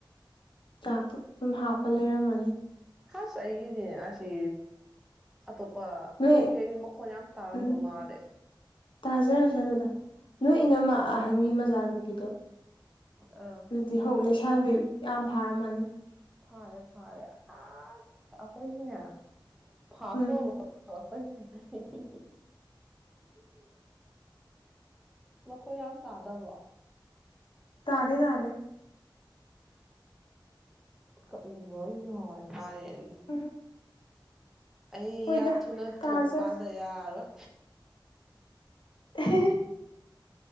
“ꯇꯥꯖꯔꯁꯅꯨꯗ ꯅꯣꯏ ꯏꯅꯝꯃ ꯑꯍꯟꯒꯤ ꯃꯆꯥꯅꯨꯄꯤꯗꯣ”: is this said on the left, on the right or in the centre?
Left